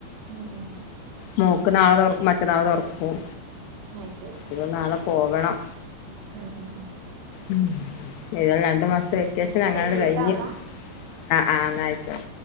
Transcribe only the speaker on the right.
ഉം ഉ
അയ് ശരി
ഉം ഉം ഉം
ശരിട്ടാ
എന്നാ